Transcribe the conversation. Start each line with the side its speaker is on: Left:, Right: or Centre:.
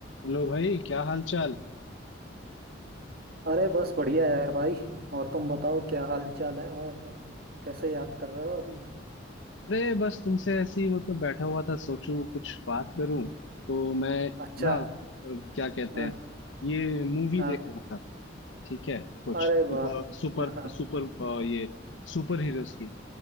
Left: हेलो भाई क्या हाल चाल
Right: अरे बस बढ़िया यार भाई और तुम बताओ क्या हाल चाल है और कैसे याद कर रहे हो अभी
Left: अरे बस तुमसे ऐसे ही मतलब बैठा हुआ था सोचूं कुछ बात करूं तो मैं
Right: अच्छा
Left: ना अ, क्या कहते
Right: हाँ
Left: हैं ये मूवी
Right: हाँ
Left: देख रहा था ठीक है कुछ
Right: अरे वाह
Left: सुपर सुपर
Right: हाँ हाँ
Left: सुपर अ, ये सुपर हीरोज की